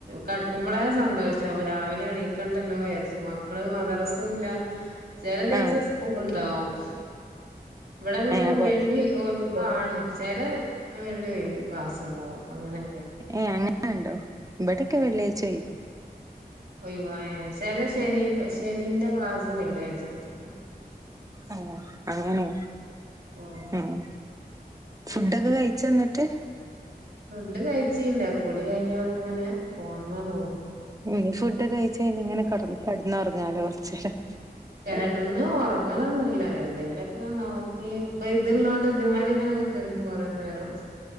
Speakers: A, on the right; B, on the right.
A: കടക്കുമ്പോളേ സന്തോഷാ രാവിലെ എണീ ക്കണ്ടല്ലോ വിയാരിച് മക്കള് മദ്രസും ഇല്ല ചല ദിവസം
B: ആഹ്
A: സ്കൂൾ ണ്ടാവും ഇവിടെ പിന്നെ
B: ഏഹ് അപ്പൊ
A: വെള്ളി ഒഴിവാണ് ചെലെ വെള്ളി ക്ലാസ് ണ്ടാവും അങ്ങനെ
B: ഏ അങ്ങനണ്ടോ ഇവിടൊക്കെ വെള്ളിയാഴ്ച ഒഴിവാ
A: ഒയിവ ഏ ചെലെ ശനി ശനിന്റെ ക്ലാസ്സ് വെള്ളിയാഴ്ച്ചെടുക്കും
B: ആഹ് അങ്ങനെയ
A: ആഹ്
B: മ്മ് ഫുഡൊക്കെ കഴിച്ചോ ന്നിട്ട്
A: ഫുഡ് കഴിച്ചില്ല കുളി കഴിഞ് വന്ങ്ങനെ ഫോൺ മ്മേ നോ
B: ഇനി ഫുഡ്ക്ക കഴിച്ച്ഞ്ഞാ ഇങ്ങനെ കടന്നറങ്ങാലോ കൊറചേരം
A: കിടന്ന് ഉറങ്ങലൊന്നും ല്ല എന്തെങ്കിലുക്കെ ങ്ങനെ നോക്കി ഇപ്പൊ ഇത്ള്ളോണ്ട് ഇതിമ്മല് ഇങ്ങനെ കുത്തിർ കുറേ നേരം